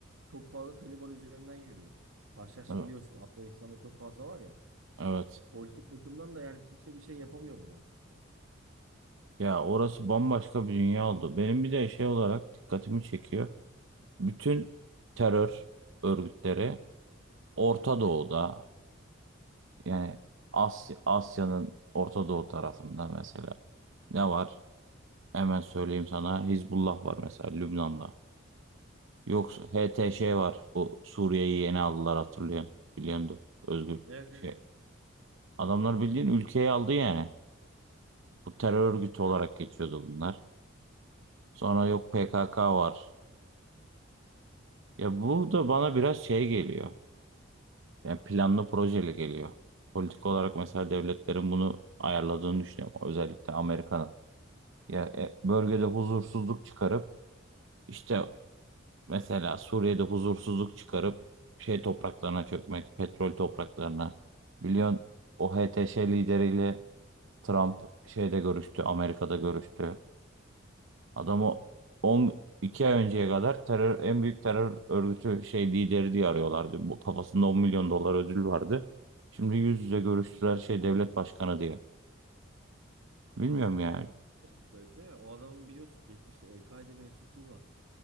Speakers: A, on the right; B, on the right.
A: çok fazla Taliban üzerinden yürüyor. Haşhaş
B: Evet.
A: biliyorsun Afganistan'da çok fazla var ya.
B: Evet.
A: Politik bakımdan da yani kimse bir şey yapamıyor buraya.
B: Ya orası bambaşka bir dünya oldu. Benim bir de şey olarak dikkatimi çekiyor. Bütün terör örgütleri Orta Doğu'da yani Asya, Asya'nın Orta Doğu tarafında mesela ne var? Hemen söyleyeyim sana. Hizbullah var mesela Lübnan'da. Yoksa HTŞ var. Bu Suriye'yi yeni aldılar hatırlıyorsun. Biliyordur. Özgür
A: Evet
B: şey.
A: evet.
B: Adamlar bildiğin ülkeyi aldı yani. Bu terör örgütü olarak geçiyordu bunlar. Sonra yok PKK var. Ya bu da bana biraz şey geliyor. Yani planlı projeli geliyor. Politik olarak mesela devletlerin bunu ayarladığını düşünüyorum. Özellikle Amerika'nın. Ya e, bölgede huzursuzluk çıkarıp işte mesela Suriye'de huzursuzluk çıkarıp şey topraklarına çökmek, petrol topraklarına. Biliyorsun o HTŞ lideriyle Trump şeyde görüştü, Amerika'da görüştü. Adamı on iki ay önceye kadar terör en büyük terör örgütü şey lideri diye arıyorlardı. Bu kafasında 10 milyon dolar ödül vardı. Şimdi yüz yüze görüştüler şey devlet başkanı diye. Bilmiyorum
A: Ha bak mesela
B: yani.
A: o da çok garip değil mi? O adamın biliyorsun geçmişte El-Kaide mensupluğu var.